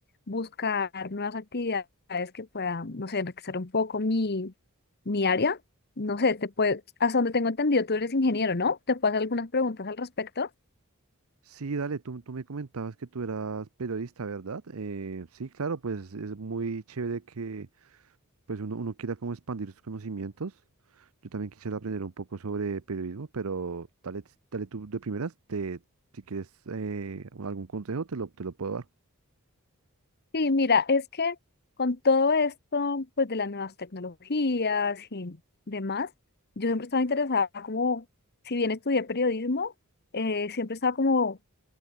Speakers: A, on the left (about 45°); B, on the right (about 70°).
A: buscar nuevas actividades que puedan, no sé, enriquecer un poco mi, mi área. No sé, te puede, hasta donde tengo entendido, tú eres ingeniero, ¿no? ¿Te puedo hacer algunas preguntas al respecto?
B: Sí, dale, tú, tú me comentabas que tú eras periodista, ¿verdad? Eh, sí, claro, pues es muy chévere que pues uno, uno quiera como expandir sus conocimientos. Yo también quisiera aprender un poco sobre periodismo, pero dale, t- dale tú de primeras, te, si quieres eh, algún consejo, te lo, te lo puedo dar.
A: Sí, mira, es que con todo esto, pues de las nuevas tecnologías y demás, yo siempre estaba interesada como, si bien estudié periodismo, eh, siempre estaba como